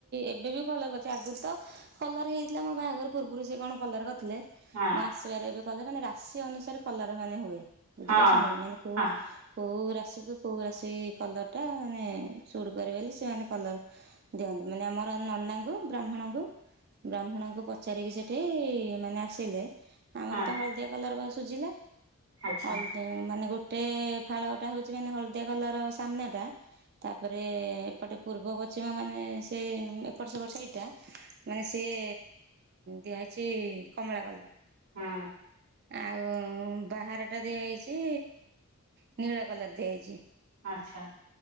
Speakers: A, on the right (about 45°); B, on the right (about 75°).
A: ଏବେ ବି କଲର କରିଛି ଆଗରୁ ତ କଲର ହେଇଥିଲା ମୋ ବାହାଘର ପୂର୍ବରୁ ସେ କଣ କଲର କରିଥିଲେ?
B: ହଁ
A: ମୁଁ ଆ ଆସିବାରେ ଏବେ କଲେ ମାନେ ରାଶି ଅନୁସାରେ କଲର ମାନେ ହୁଏ ବୁଝିପାରୁଛନ୍ତି
B: ହଁ
A: ମାନେକୁ
B: ହଁ
A: କୋଉ ରାଶିକୁ କୋଉ ରାଶି କଲରର୍ଟା ମାନେ ସୁଡ଼୍ କରେ ବୋଲି ସେମାନେ କଲର୍ ଦିଅନ୍ତି ମାନେ ଆମର ନନାଙ୍କୁ ବ୍ରାହ୍ମଣଙ୍କୁ ବ୍ରାହ୍ମଣଙ୍କୁ ପଚାରିକି ସେଇଠି ମାନେ ଆସିଲେ। ଆମର
B: ହଁ
A: ତ ହଳଦିଆ କଲର ସୁୁଝିଲା।
B: ଆଚ୍ଛା
A: ହଲଦିଆ ମାନେ ଗୋଟେ ଫାଳଟା ହେଉଛି ମାନେ ହଳଦିଆ କଲର ସାମ୍ନାଟା। ତାପରେ ଏପଟେ ପୂର୍ବ ପଶ୍ଚିମ ମାନେ ସେ ଏପଟ ସେପଟ ସାଇଟି ଟା। ମାନେ ସିଏ ଦିଆହେଇଛି କମଳା କଲର।
B: ହୁଁ।
A: ଆଉ ବାହାର ଟା ଦିଆହେଇଛି ନୀଳ କଲର ଦିଆହେଇଛି।
B: ଆଚ୍ଛା।